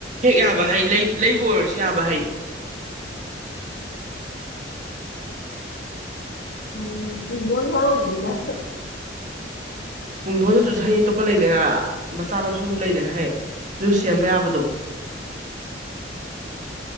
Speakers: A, on the right (about 40°); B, on the left (about 80°).
A: ꯍꯦꯛ ꯌꯥꯕ ꯍꯩ ꯂꯩꯕ ꯑꯣꯏꯔꯁꯨ ꯌꯥꯕ ꯍꯩ
B: ꯎꯝ ꯄꯨꯕꯣꯜ ꯍꯅ ꯌꯥ
A: ꯄꯨ ꯍꯂꯁꯥꯏꯌꯦ ꯂꯩꯗꯅ ꯃꯆꯥ ꯃꯁꯨ ꯂꯩꯗꯅ ꯍꯥꯏꯌꯦ ꯑꯗꯨꯨ ꯁꯦꯝꯕ ꯌꯥꯕꯗꯣ